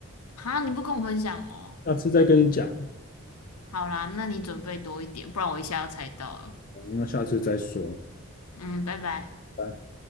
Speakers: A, on the left; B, on the left.
A: 哈，你不跟我分享哦。
B: 下次再跟你讲，
A: 好啦，那你准备多一点，不然我一下要猜到了。
B: 那下次再说。
A: 嗯，拜拜。
B: 拜。